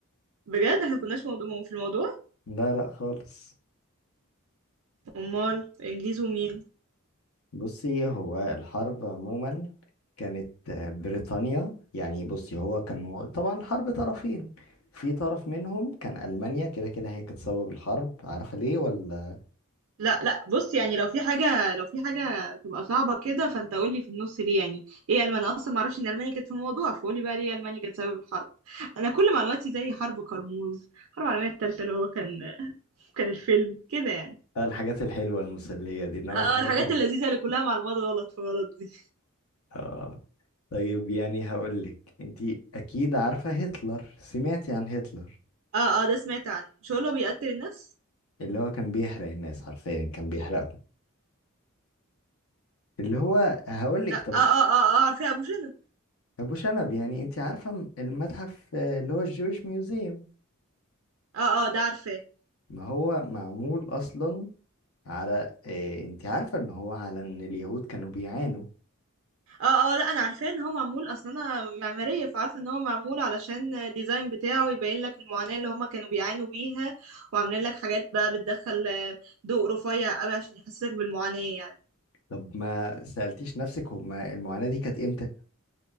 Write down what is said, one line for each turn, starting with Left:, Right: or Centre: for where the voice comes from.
Right: بجد احنا كناش موضوع في الموضوع
Left: لا لا خالص
Right: امال انجليز ومين
Left: بصي هو الحرب عموما كانت آه، بريطانيا يعني بصي هو كان طبعا حرب طرفين في طرف منهم كان ألمانيا كده كده هي كانت سبب الحرب عارفة ليه ولا
Right: لا لا بص يعني لو في حاجة لو في حاجة تبقى صعبة كده فانت قول لي في النص ليه يعني ايه ألماني انا اصلا ما اعرفش ان ألمانيا كانت في الموضوع فقولي بقى ليه ألمانيا كانت سبب الحرب انا كل معلوماتي زي حرب كرموز حرب العالمية التالتة اللي هو كان كان الفيلم كده يعني
Left: آه، الحاجات الحلوة المسلية دي انما
Right: اه
Left: الحاجات
Right: الحاجات اللذيذة اللي كلها معلومات غلط في غلط دي
Left: آه. طيب يعني هقول لك انت اكيد عارفة هتلر سمعتي عن هتلر
Right: اه اه ده سمعت عنه مش هو اللي بيقتل الناس
Left: اللي هو كان بيحرق الناس حرفيا كان بيحرقهم اللي هو هقول لك
Right: لا
Left: طب
Right: اه اه اه اه عارفاه ابو شنب
Left: ابو شنب يعني انت عارفة م- المتحف آه، اللي هو الجويش ميوزيوم
Right: اه اه ده عارفاه
Left: ما هو معمول اصلا على إيه انت عارفة ان هو على ان اليهود كانوا بيعانوا
Right: اه اه لا انا عارفاه ان هو معمول اصلا انا معماريه فعارفه ان هو معمول علشان الديزاين بتاعه يبين لك المعاناه اللي هما كانوا بيعانوا بيها وعاملين لك حاجات بقى بتدخل آه، ضوء رفيع قوي عشان يحسسك بالمعاناه يعني
Left: طب ما سألتيش نفسك هما المعاناة دي كانت امتى